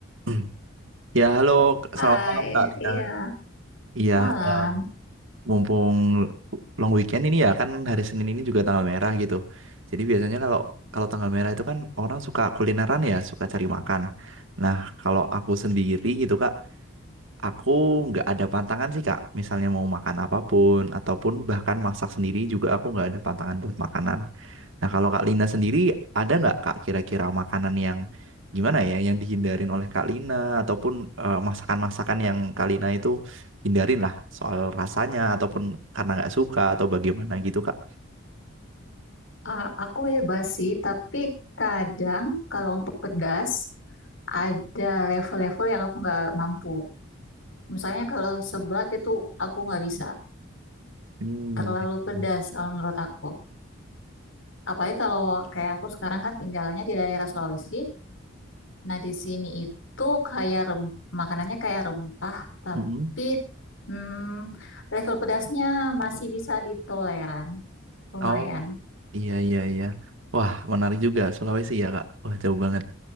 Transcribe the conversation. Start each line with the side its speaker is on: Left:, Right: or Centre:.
Right: <clears throat> Ya, halo, selamat
Left: Hai,
Right: malam Kak Lina.
Left: iya,
Right: Iya,
Left: malam.
Right: eh, mumpung long weekend ini ya kan hari Senin ini juga tanggal merah gitu. Jadi biasanya kalau kalau tanggal merah itu kan orang suka kulineran ya, suka cari makan. Nah, kalau aku sendiri gitu Kak, aku nggak ada pantangan sih Kak. Misalnya mau makan apapun ataupun bahkan masak sendiri juga aku nggak ada pantangan buat makanan. Nah, kalau Kak Lina sendiri ada nggak Kak kira-kira makanan yang gimana ya yang dihindarin oleh Kak Lina ataupun eh, masakan-masakan yang Kak Lina itu hindarin lah soal rasanya ataupun karena nggak suka atau bagaimana gitu Kak?
Left: A- aku bebas sih, tapi kadang kalau untuk pedas ada level-level yang aku nggak mampu. Misalnya kalau seblak itu aku nggak bisa,
Right: Hmm.
Left: terlalu pedas
Right: Hmm.
Left: kalau menurut aku. Apalagi kalau kayak aku sekarang kan tinggalnya di daerah Sulawesi. Nah, di sini itu kayak rem makanannya kayak rempah, tapi
Right: Mm-mm.
Left: hmm, level pedasnya masih bisa ditoleran, lumayan
Right: Oh, iya iya iya. Wah, menarik juga Sulawesi ya Kak. Wah, jauh banget.